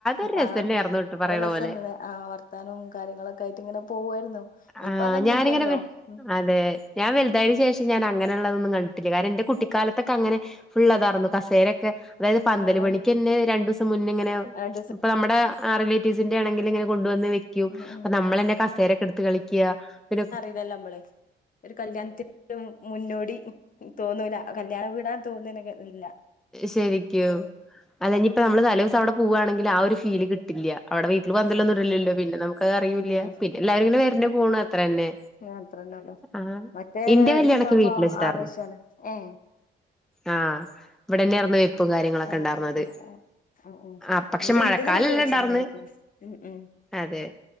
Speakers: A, in the centre; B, on the left.
A: ഒരു രസന്നെയാർന്നു
B: ആ
A: ട്ടോ പറയണ
B: രസംന്ന
A: പോലെ
B: ആഹ് വത്താനും കാര്യങ്ങളൊക്കെ ആയിട്ട് ഇങ്ങനെ പോകുവായിരുന്നു ഇപ്പ
A: ആഹ്
B: അതൊന്നുംഇല്ലല്ലോ
A: ഞാനിങ്ങനെ വെ
B: ഉ
A: അതെ ഞാൻ വലുതായതിനന് ശേഷം ഞാൻ അങ്ങനെയുള്ളതൊന്നും കണ്ടിട്ടില്ല കാരണം എൻന്റെ കുട്ടിക്കാലത്തൊക്കെ അങ്ങനെ ഫുൾ അതാറന്നു
B: ഉം
A: കസേരൊക്കെ അതായത് പന്തൽ
B: ആഹ്
A: പണിക്ക്
B: ആഹ്
A: തന്നെ രണ്ടു ദിവസം മുന്ന ഇങ്ങനെ
B: രണ്ടീസം
A: അപ്പ നമ്മുടെ റിലേറ്റീവ്സിന്റെ ആണെങ്കിൽ ഇങ്ങെ കൊണ്ടുവന്ന് വ
B: ഉം ഉം
A: അപ്പൊ നമ്മള തന്നെ കസേരൊക്കെ എടുത്ത് കളിക്ക പി
B: ഇതല്ല നമ്മളെ ഒരു കല്യാണത്തിന്റെ മുന്നോടി തോന്നൂല കല്യാണം വിടാൻ തോന്ന ഇല്ല
A: ശരികും അല്ലെ ഇപ്പ നമ്മള് തല ദിവസം അവിടെ പോവുവാണെങ്കിൽ ആ ഒരു ഫീൽ കിട്ടില്ല അവിടെ വീട്ടിൽ പന്തല്ലോന്നും
B: ആഹ്
A: ഇല്ലോ പിന്നെ നമുക്കത് അറിയില്ല
B: ഇല്ല
A: പിന്നെ എല്ലാവുംങ്ങന വരുന്ന പോണ അത്ര തന്നെ
B: യാത്രന്നല്ലോ
A: ആഹ്
B: മറ്റേത്
A: ഇന്റെ
B: ഒരുക്കാപോ
A: കല്യാണൊക്കെ വീട്ടിൽ വെച്ചിട്ടായിരുന്നു
B: ആവേശമാണ് ഏ
A: ആഹ് ഇവിടെന്നെർന്ന് വെപ്പും കാര്യങ്ങളൊക്കെ
B: ആഹ്
A: ഉണ്ടായിർന്നുന്നത്
B: ആഹ് ആഹ് ആഹ് ആഹ് ആഹ്
A: ആ പക്ഷെ
B: ഇന്റെ
A: മഴക്കാലല്ല
B: ഇന്റത് വീട്ടി വെച്ചിട്ടുണ്ടായിരുന്നു
A: ഇണ്ടായിർന്ന്
B: ഉം ഉം
A: അതെ